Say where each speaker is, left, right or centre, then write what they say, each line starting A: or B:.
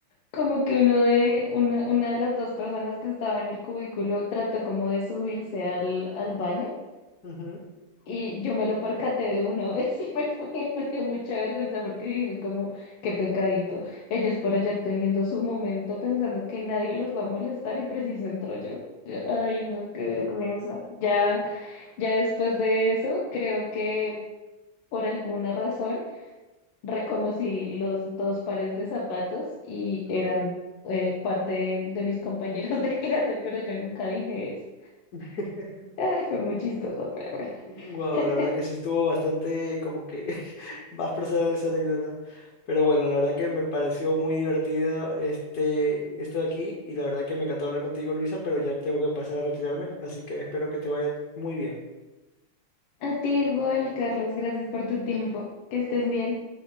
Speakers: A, on the left; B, on the left.
A: Como que uno de, una, una de las dos personas que estaba en el cubículo trató como de subirse al, al baño
B: Ujú.
A: y yo me lo percaté de una vez <laughs> y me fui, me dio mucha vergüenza porque dije como, qué pecadito, ellos por allá teniendo su momento pensando que nadie los va a molestar y preciso entro yo. Yo, Ay, no, qué vergüenza. Ya, ya después de eso, creo que por alguna razón reconocí los dos pares de zapatos y eran eh, parte de, de mis compañeros de <laughs> clase, pero yo nunca dije eso.
B: <laughs>
A: Ay, fue muy chistoso, pero bueno.
B: Wow,
A: <laughs>
B: la verdad que sí estuvo bastante como que <laughs> más personal esa anécdota. Pero bueno, la verdad que me pareció muy divertido este, esto de aquí y la verdad que me encantó hablar contigo, Luisa, pero ya tengo que pasar a retirarme, así que espero que te vaya muy bien.
A: A ti igual, Carlos, gracias por tu tiempo. Que estés bien.